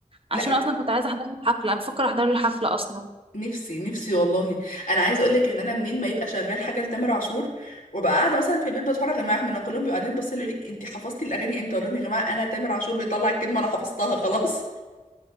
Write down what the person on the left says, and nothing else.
لا
نفسي نفسي والله انا عايزه اقول لك ان انا منين ما يبقى شغال حاجه لتامر عاشور وابقى قاعده مثلا في البيت بتفرج معاهم انا كلهم بيبقوا قاعدين باصين يقولوا لي انت حفظتي الاغاني امتى اقول لهم يا جماعه انا تامر عاشور بيطلع الكلمه انا حفظتها خلاص